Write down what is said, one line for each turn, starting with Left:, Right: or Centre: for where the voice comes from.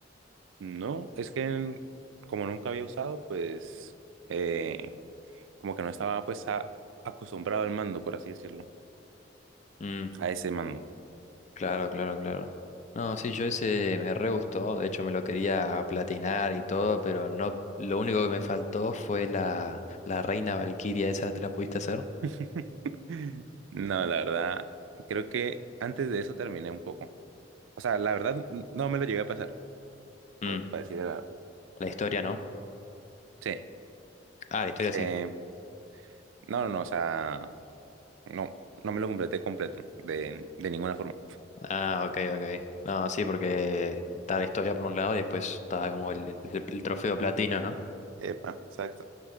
Right: No, es que en- como nunca había usado, pues eh, como que no estaba pues a- acostumbrado al mando, por así decirlo,
Left: Mm,
Right: a ese mando.
Left: Claro, claro, claro. No, sí, yo ese me re gustó, de hecho me lo quería platinar y todo, pero no, lo único que me faltó fue la, la reina Valquiria, ¿esa te la pudiste hacer?
Right: <laughs> No, la verdad, creo que antes de eso terminé un poco. O sea, la verdad, n- no me lo llegué a pasar, por-
Left: Mm,
Right: para decir la verdad.
Left: la historia, ¿no?
Right: Sí,
Left: Ah, la historia
Right: es que,
Left: sí.
Right: no, no, no, o sea, no, no me lo completé completo, de, de ninguna forma.
Left: Ah, ok, ok. No, sí, porque está la historia por un lado y después está como el, el- el trofeo platino, ¿no?
Right: Epa, exacto.